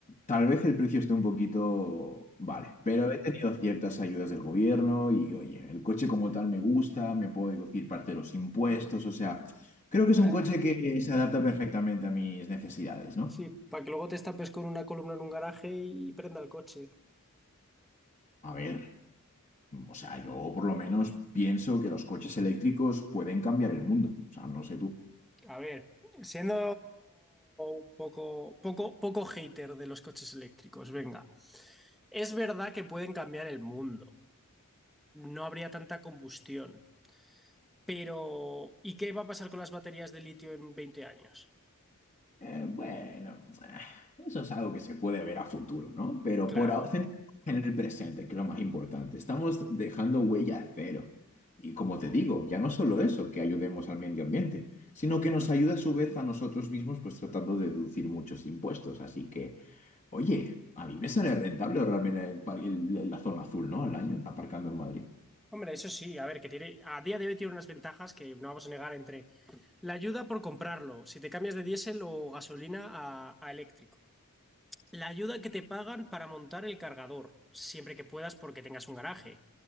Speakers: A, on the left (about 35°); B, in the centre.
A: Tal vez el precio esté un poquito... Vale, pero he tenido ciertas ayudas del gobierno y oye, el coche como tal me gusta, me puedo deducir parte de los impuestos, o sea, creo que
B: Para...
A: es un coche que
B: Sí, sí.
A: se adapta perfectamente a mis necesidades, ¿no?
B: Sí, para que luego te estampes con una columna en un garaje y prenda el coche.
A: A ver, o sea, yo por lo menos pienso que los coches eléctricos pueden cambiar el mundo, o sea, no sé tú.
B: A ver, siendo un poco, poco, poco hater de los coches eléctricos, venga. Es verdad que pueden cambiar el mundo. No habría tanta combustión. Pero, ¿y qué va a pasar con las baterías de litio en 20 años?
A: Eh, bueno, eh, eso es algo que se puede ver a futuro, ¿no? Pero
B: Claro,
A: por ahora, centrémonos en el presente, que es lo más importante. Estamos dejando huella cero. Y como te digo, ya no solo eso, que ayudemos al medio ambiente, sino que nos ayuda a su vez a nosotros mismos, pues tratando de deducir muchos impuestos. Así que, oye, a mí me sale rentable realmente el, par- el- la zona azul, ¿no? Al año, aparcando en Madrid.
B: Hombre, eso sí, a ver, que tiene, a día de hoy tiene unas ventajas que no vamos a negar entre la ayuda por comprarlo, si te cambias de diésel o gasolina a, a eléctrico, la ayuda que te pagan para montar el cargador, siempre que puedas porque tengas un garaje,